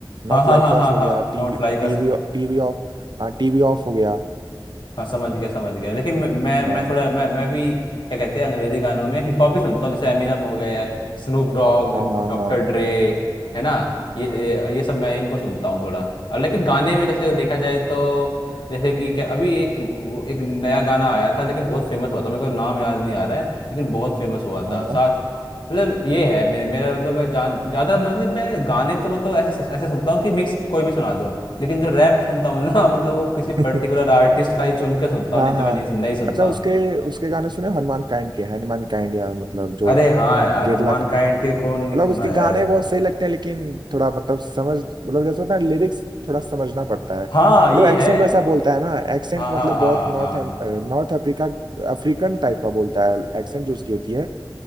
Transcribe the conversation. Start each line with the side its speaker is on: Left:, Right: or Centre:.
Left: हाँ
Right: नॉट
Left: हाँ
Right: लाइक
Left: हाँ
Right: अस
Left: हाँ
Right: हो
Left: हाँ
Right: गया TV
Left: नोट लाइक
Right: TV
Left: अस
Right: TV off हाँ टीवी ऑफ हो गया
Left: हाँ समझ गया समझ गया लेकिन मैं मैं
Right: हाँ
Left: मैं थोड़ा मैं मैं भी क्या कहते हैं अंग्रेजी गानों में हिप हॉप भी सुनता हूँ जैसे एमिनम हो गया या स्नूप डॉग
Right: हाँ हाँ
Left: डॉक्टर ड्रे है ना ये ये ये सब मैं इनको सुनता हूँ थोड़ा और लेकिन गाने में जैसे देखा जाए तो जैसे कि क्या अभी एक वो एक नया गाना आया था लेकिन बहुत फेमस हुआ था मेरे को नाम याद नहीं आ रहा है लेकिन बहुत फेमस हुआ
Right: हाँ
Left: था साथ
Right: हाँ
Left: मतलब ये है मेरे मेरा मतलब मैं जान ज्यादा न- मतलब मैं गाने तो मतलब ऐसे ऐसे सुनता हूँ कि मिक्स कोई भी सुना दो लेकिन जो रैप सुनता हूँ ना <laughs> मतलब वो किसी
Right: हाँ
Left: पर्टिकुलर आर्टिस्ट का ही चुन के सुनता
Right: <laughs>
Left: हूँ
Right: हाँ
Left: नहीं तो
Right: हाँ
Left: मैं नहीं सुन- नहीं सुनता
Right: अच्छा उसके उसके गाने सुने हनुमान काइंड के हनुमान काइंड या मतलब जो
Left: अरे हाँ यार
Right: केरला
Left: हनुमान काइंड के कौन नहीं
Right: मतलब
Left: सुना
Right: उसके
Left: यार
Right: गाने बहुत सही लगते हैं लेकिन थोड़ा मतलब समझ मतलब जैसे होता है लिरिक्स थोड़ा समझना पड़ता है
Left: हाँ ये
Right: मतलब एक्सेंट
Left: है
Right: वैसा बोलता है ना एक्सेंट
Left: हाँ
Right: मतलब
Left: हाँ हाँ
Right: बहुत north
Left: हाँ
Right: north Africa African type का बोलता है एक्सेंट जो उसकी होती है